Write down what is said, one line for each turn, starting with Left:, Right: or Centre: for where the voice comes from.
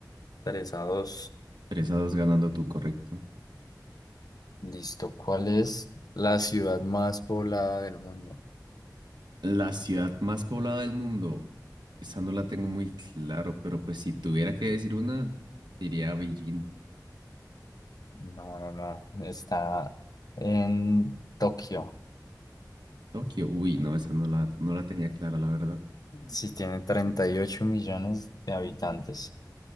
Left: 3 a 2.
Right: 3 a 2 ganando tú, correcto.
Left: Listo. ¿Cuál es la ciudad más poblada del mundo?
Right: La ciudad más poblada del mundo, esa no la tengo muy claro, pero pues si tuviera que decir una, diría Beijing.
Left: No, no, no. Está en Tokio.
Right: Tokio, uy, no, esa no la, no la tenía clara, la verdad.
Left: Sí, tiene 38 millones de habitantes.